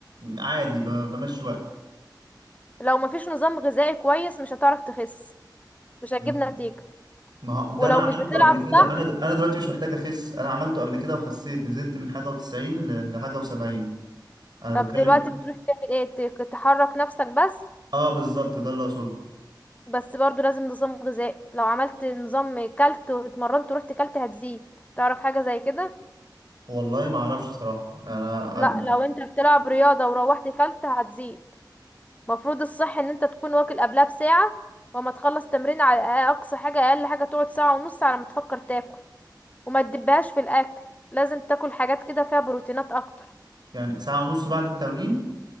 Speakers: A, on the right; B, on the left.
A: عادي ب- بمشي
B: لو مفيش نظام غذائي كويس مش هتعرف تخس مش هتجيب
A: وقتي
B: نتيجة
A: ما هو ده
B: ولو
A: انا عملته
B: مش بتلعب
A: قبل كده
B: صح
A: انا انا دلوقتي مش محتاج اخس انا عملته قبل كده وخسيت نزلت من حاجه و90 ل- لحاجه و70 انا بتكلم
B: طب دلوقتي بتروح تعمل ايه تك- تحرك نفسك بس
A: اه بالظبط ده اللي اقصده
B: بس برضو لازم نظام غذائي لو عملت نظام كلت واتمرنت ورحت كلت هتزيد تعرف حاجة زي كده
A: والله ما اعرفش صراحه انا
B: لا لو انت بتلعب رياضة وروحت كلت هتزيد مفروض الصح ان انت تكون واكل قبلها بساعة وما تخلص تمرين على اقصى حاجة اقل حاجة تقعد ساعة ونص على ما تفكر تاكل وما تدبهاش في الاكل لازم تاكل حاجات كده فيها بروتينات اكتر
A: يعني ساعه ونص بعد التمرين